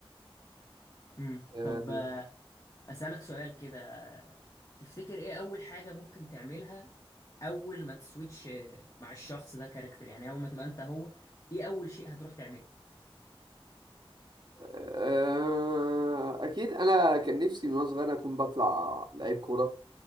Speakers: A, on the left (about 40°); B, on the right (about 50°).
A: امم
B: آه،
A: طب أسألك سؤال كده تفتكر ايه أول حاجة ممكن تعملها أول ما تسويتش مع الشخص ده كاركتر يعني أول ما تبقى أنت هو ايه أول شيء هتروح تعمله
B: آه، أكيد أنا كان نفسي من وأنا صغير أكون بطلع لعيب كورة